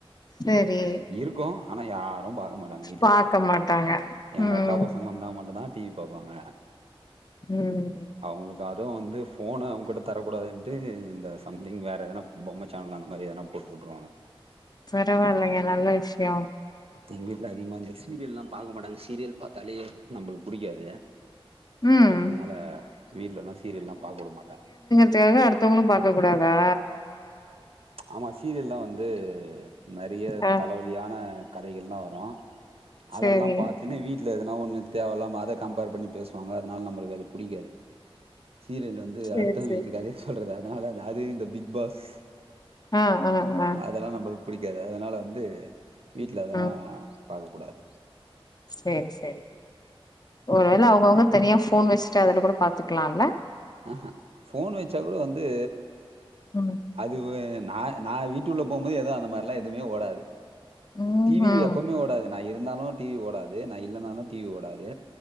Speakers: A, on the left; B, on the right.
A: சேரி
B: இருக்கு ஆனா யாரும் பாக்க மாட்டாங்க வீட்ல
A: பாக்க மாட்டாங்க
B: எங்க
A: ம்
B: அக்கா பசங்க வந்தா மட்டுதான் டிவி பாப்பாங்க
A: ம்
B: அவங்களுக்கு அதுவு வந்து ஃபோன அவங்குகிட்ட தரக்கூடாதுன்ட்டு இந்த சம்திங் வேறு எதனா பொம்மை சேனல் அந்த மாதிரி எதனா போட்டு விட்ருவாங்க
A: பரவால்லைங்க நல்ல விஷயோ
B: எங்க வீட்ல அதிகமா இந்த சீரியல்லா பாக்க மாட்டாங்க சீரியல் பாத்தாலே நம்மளுக்கு புடிக்காது
A: ம்
B: அதனால வீட்லல்லா சீரியல்லா பாக்க வுட மாட்டே
A: த்துகாக அடுத்தவங்களு பாக்க கூடாதா
B: ஆமா சீரியல்லா வந்து நறைய
A: ஆ
B: தலைவலியான கதைகள்லா வரு அதெல்லா
A: சேரி
B: பாத்துனு வீட்ல எதுனா ஒண்ணு தேவையில்லாம அத கம்பேர் பண்ணி பேசுவாங்க அதனால நம்மளுக்கு அது புடிக்காது சீரியல் வந்து
A: சேர்
B: அடுத்தவ
A: சேரி
B: வீட்டு கதைய சொல்றது அதனால அது இந்த பிக் பாஸ்
A: ஆ ஆ ஆ
B: அதெல்லா நம்மளுக்கு புடிக்காது அதனால வந்து வீட்ல அதெல்லா
A: ம்
B: பாக்க கூடாது
A: சேரி சேரி ஒருவேள அவங்கவுங்க தனியா ஃபோன் வச்சுட்டு அதுல கூட பாத்துக்கலா இல்ல
B: ம்ஹூம் ஃபோன் வச்சா கூட வந்து
A: ம்
B: அது நா நா வீட்டு உள்ள போகும்போது எதுவு அந்த மாரில்லா எதுமே ஓடாது.
A: ம்
B: டிவி
A: ம்
B: எப்பவுமே ஓடாது நா இருந்தாலு டிவி ஓடாது நா இல்லனாலு டிவி ஓடாது